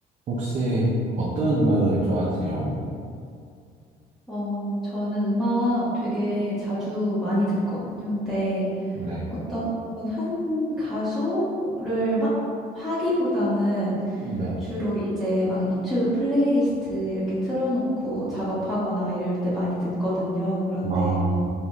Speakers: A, on the right; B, in the centre.
A: 혹시 어떤 음악을 좋아하세요?
B: 어, 저는 음악 되게 자주 많이 듣거든요. 근데
A: 네,
B: 어떤 한 가수를 막 파기보다는
A: 네.
B: 주로 이제 막 유튜브 플레이리스트 이렇게 틀어놓고 작업하거나 이럴 때 많이 듣거든요. 그런데
A: 아,